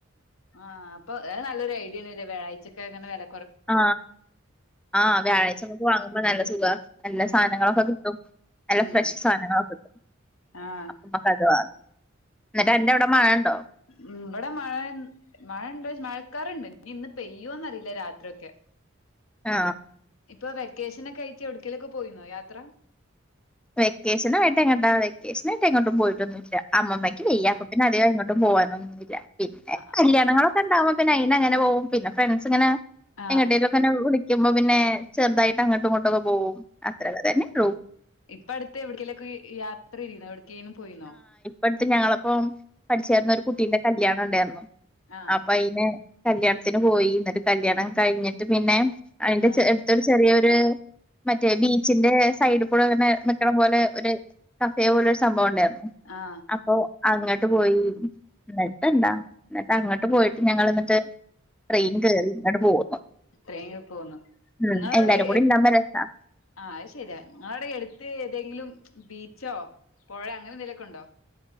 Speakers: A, on the left (about 85°); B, in the centre.
A: ആ അപ്പൊ അത് നല്ലൊരു ഐഡിയയാണല്ലേ വ്യാഴ്ചയൊക്കെ ഇങ്ങനെ വില
B: ആ ആ വ്യാഴാഴ്ച നമുക്ക് വാങ്ങുമ്പോ നല്ല സുഖവാ നല്ല
A: ഉം
B: സാധനങ്ങളൊക്കെ കിട്ടും നല്ല
A: ഉം
B: ഫ്രഷ് സാധനങ്ങളൊക്കെ കിട്ടും
A: ആഹ്
B: അപ്പോ നമ്മക്ക് അത് വാങ്ങാം അന്നിട്ട് അൻ്റെ അവിടെ മഴണ്ടോ
A: മം ഇവിടെ മഴ മഴ ഇണ്ട് മഴക്കാറണ്ട് ഇനി ഇന്ന് പെയ്യോന്ന് അറിയില്ല രാത്രിയൊക്കെ
B: ആ
A: ഇപ്പൊ വെക്കേഷനൊക്കെ ആയിട്ട് ഇവിടേക്കേലൊക്കെ പോയിന്നോ യാത്ര
B: വെക്കേഷനായിട്ട് എങ്ങട്ടാ വെക്കേഷനായിട്ട് എങ്ങോട്ടും പോയിട്ടൊന്നില്ല അമ്മമ്മക്ക് വയ്യ അപ്പം പിന്നെ അധികം എങ്ങോട്ടും ട്ടും പോവാനൊന്നുവില്ല പിന്നെ
A: ആ
B: കല്യാണങ്ങളൊക്കെ
A: ആ
B: ഉണ്ടാവുമ്പോ പിന്നെ അയിന് അങ്ങനെ പോകും പിന്നെ ഫ്രണ്ട്സ് ഇങ്ങനെ
A: ആ
B: എങ്ങട്ടേലുമൊക്കെ എന്നെ വിളിക്കുമ്പോ പിന്നെ ചെറുതായിട്ട് അങ്ങട്ടും ഇങ്ങട്ടുമൊക്കെ പോകും അത്രെ പറയാനേള്ളൂ
A: ഇപ്പം അടുത്ത് എവിടെക്കെലൊക്കെ യാത്ര ആയിന്നോ എവിടക്കേലും പോയിന്നോ
B: അടുത്ത് ഞങ്ങളൊപ്പം പഠിച്ചേരുന്ന
A: ഉം
B: ഒരു കുട്ടീന്റെ കല്യാണം ഉണ്ടായിരുന്നു
A: ആ
B: അപ്പൊ അയിന് കല്യാണത്തിന് പോയി എന്നിട്ട് കല്യാണം കഴിഞ്ഞിട്ട് പിന്നെ അതിന്റെ
A: ആ
B: അടുത്തൊരു ചെറിയൊരു മറ്റോ ബീച്ച് സൈഡ് ഇവിടെ ഇങ്ങനെ നികുന്ന പോലെ ഒരു കഫേ പോലെ ഒരു സംഭവം ഉണ്ടായിരുന്നു.
A: ആ
B: അപ്പോ അങ്ങട്ട പോയി എന്നിട്ട് എണ്ടാ എന്നിട്ട് അങ്ങോട്ട് പോയിട്ട് ഞങ്ങൾ എന്നിട്ട് ട്രെയിൻ കേറി ഇങ്ങോട്ട് പോന്നു.
A: ട്രെയിൻ ൽ പോന്നു
B: ഉം
A: നിങ്ങളവിടെ
B: എല്ലാരും കൂടി ഉണ്ടാവുമ്പോ രസാ
A: ആ അത് ശരിയാ നിവിടെ എടുത്ത് ഏതെങ്കിലും ബീച്ചോ പുഴയ അങ്ങനെ എന്തെങ്കലുമൊക്കെ ഉണ്ടോ?